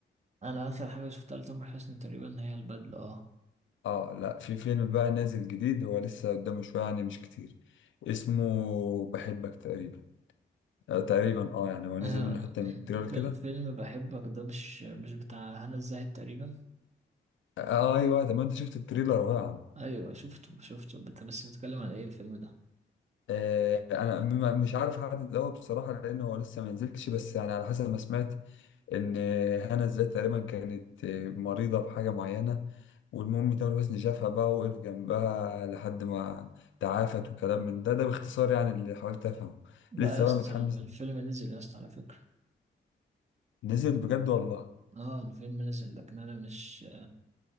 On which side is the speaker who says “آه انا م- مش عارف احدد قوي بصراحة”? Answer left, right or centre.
Left